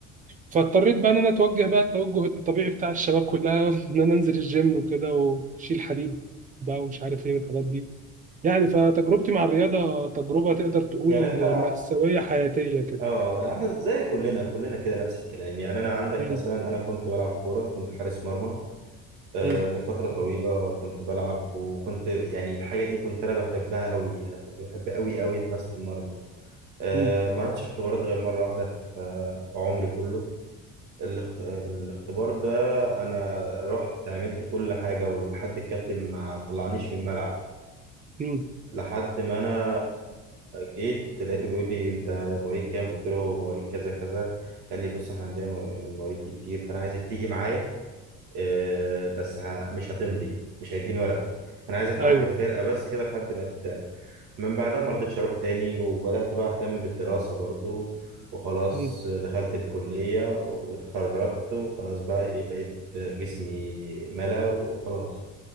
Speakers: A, on the right; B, on the right.
A: فاضطريت بقى ان انا اتوجه بقى التوجه الطبيعي بتاع الشباب كلها <laughs> ان انا انزل الجيم وكده وشيل حديد بقى ومش عارف ايه والحاجات دي يعني فتجربتي مع الرياضة تجربة تقدر تقول
B: يعني أنت
A: مأساوية حياتية كده
B: آه إحنا زي كلنا كلنا كده نفس الكلام يعني أنا عندك
A: امم
B: مثلا أنا كنت بلعب كورة كنت حارس مرمى آه
A: امم
B: لفترة طويلة كنت بلعب وكنت يعني الحاجة دي كنت أنا بحبها أوي يعني كنت بحب أوي أوي حراسة المرمى آه
A: امم
B: ما رحتش اختبارات غير مرة واحدة في آه، في عمري كله الاخ- الاختبار ده انا رحت عملت كل حاجة ولحد الكابتن ما طلعنيش من الملعب
A: امم
B: لحد ما انا جيت لقيته بيقول لي انت مواليد كام قلت له مواليد كذا كذا قال لي بص احنا عندنا مو- من المواليد دي كتير فانا عايزك تيجي معايا آه، بس ه- مش هتمضي مش هيديني ورقة انا عايزك
A: ايوه
B: معايا في الفرقة بس كده لحد ما ت- من بعدها ما رضيتش اروح تاني وبدأت بقى اهتم بالدراسة برضو وخلاص
A: مم.
B: دخلت الكلية واتخرجت وخلاص بقى ايه بقيت جسمي ملا وخلاص